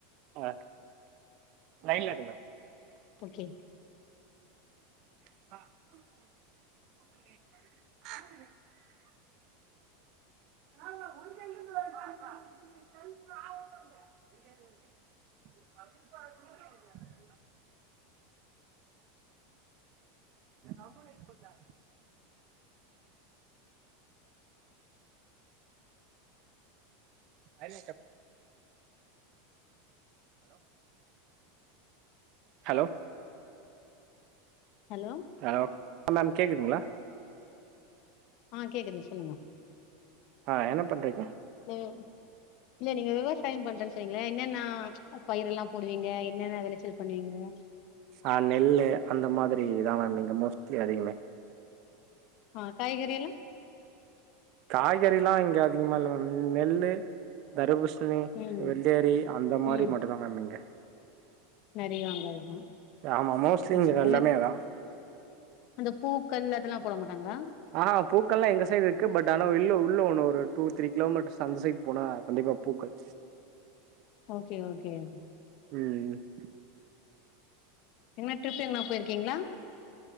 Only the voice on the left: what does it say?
ஓகே
hello
ஆ கேக்குது சொல்லுங்க
லோ இல்ல நீங்க விவசாய பண்றன் சொன்னிங்களே என்னென்னா பயிரல்லா போடுவீங்க என்னென்ன வெளச்சல் பண்ணுவீங்க
ஆ காய்கறியலா
ம்
ம்
நெறைய வாங்கறதுதா
ஓகே
ஆனா
அந்த பூக்கள் அதெல்லா போட மாட்டாங்ளா
ஓகே ஓகேன்
என்னா ட்ரிப் எங்கனா போயிர்க்கீங்களா